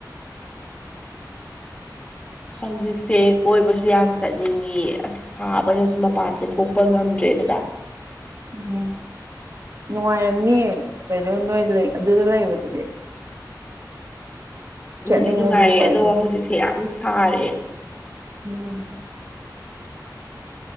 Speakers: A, on the left; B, on the right.
A: ꯍꯧꯖꯤꯛꯁꯦ ꯀꯣꯏꯕꯁꯨ ꯌꯥꯝ ꯆꯠꯅꯤꯡꯉꯤ ꯑꯁ ꯁꯥꯕꯅꯁꯨ ꯃꯄꯥꯟꯁꯦ ꯊꯣꯛꯄ ꯉꯝꯗ꯭ꯔꯦꯗꯅ
B: ꯎꯝ ꯅꯨꯡꯉꯥꯏꯔꯝꯅꯤ ꯀꯩꯅꯣ ꯅꯣꯏ ꯂꯩ ꯑꯗꯨꯗ ꯂꯩꯕꯗꯨꯗꯤ
A: ꯅꯨꯡꯗꯤ
B: ꯆꯠꯅꯤꯡꯉꯁꯨ
A: ꯅꯨꯡꯉꯥꯏꯌꯦ
B: ꯎꯄꯥꯏ
A: ꯑꯗꯣ
B: ꯂꯩ
A: ꯍꯧꯖꯤꯛꯁꯦ ꯌꯥꯝ ꯁꯥꯔꯦ
B: ꯎꯝ